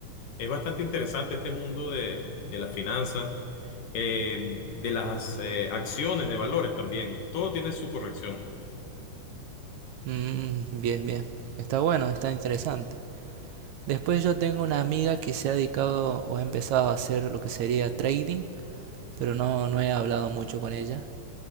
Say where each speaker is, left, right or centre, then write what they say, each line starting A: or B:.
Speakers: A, on the left; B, on the right.
A: Es bastante interesante este mundo de, de las finanzas, eh, de las eh, acciones de valores también. Todo tiene su corrección.
B: Mm, bien, bien. Está bueno, está interesante. Después yo tengo una amiga que se ha dedicado o ha empezado a hacer lo que sería trading, pero no, no he hablado mucho con ella.